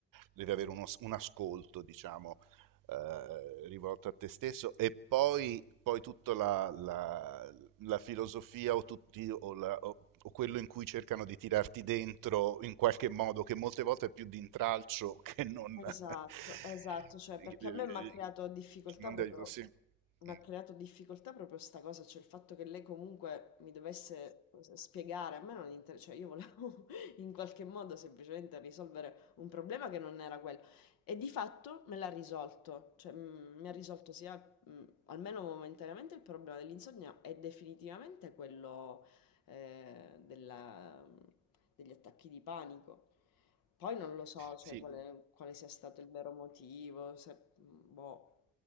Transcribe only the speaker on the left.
Esatto, esatto, cioè
perché a me mi ha creato difficoltà
proprio,
mi ha creato difficoltà proprio sta cosa, cioè il fatto che lei comunque mi dovesse spiegare, a me non interessa, cioè io volevo <laughs> in qualche modo semplicemente risolvere un problema che non era quello e di fatto me l'ha risolto, cioè mm, mi ha risolto sia mm, almeno momentaneamente il problema dell'insonnia e definitivamente quello eh, della- degli attacchi di panico. Poi non lo so, cioè,
quale, quale sia stato il vero motivo, se, boh.